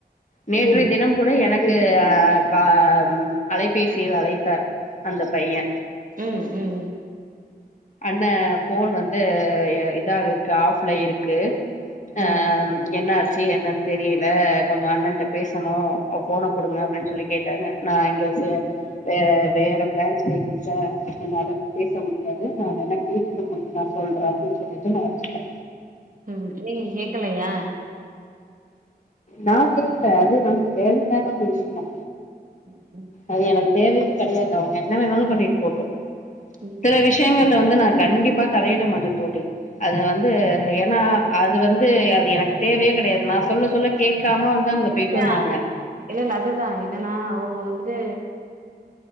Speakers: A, on the left; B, on the right.
A: நேற்றைய
B: ம்.
A: தினம் கூட எனக் க்கு ஆ கா அலைபேசியில் அழைத்தார் அந்த பைய
B: ம் ம்
A: அண்ண ஃபோன் வந்து இதாக இருக்கு ஆஃப்ல இருக்கு ஆ
B: ம்
A: என்னாச் சி என்னன்னு தெரியில கொஞ்சோ அண்ணன்ட்ட பேசணு ஃபோன குடுங்க அப்டின்னு சொல்லி கேட்டாங்க நா இங்க ச்ச வே வேற பிரான்ச்ல இருக்க என்னால பேச முடியாது நா வேணா கேட்டுட்டு உஙகளுக்கு நா சொல்ற அப்டின்னு சொல்லிட்டு நா வெச்சுட்ட
B: ம் நீங்க கேக்கலையா
A: நா கேக்கல அது நமக்கு தேவையில்லாத ஒரு விஷயோ
B: ம்
A: அது எனக்கு தேவையு கெடையாது அவுங்க என்ன வேணாலு பண்ணிட்டு போட்டு
B: ம்
A: செல விஷயங்கள்ல வந் து நா கண்டிப்பா தலையிட மாட்ட தோழி அது வந்து ஏன்னா அது வந்து அது எனக் தேவையே கெடையாது நா சொல்ல சொல்ல கேட்காம வந்து அங்க போயிட்டு
B: ஏ
A: வந்தாங்க
B: இல்ல இல்ல அதுதா என்னன்னா அவங்க வந்துட்டு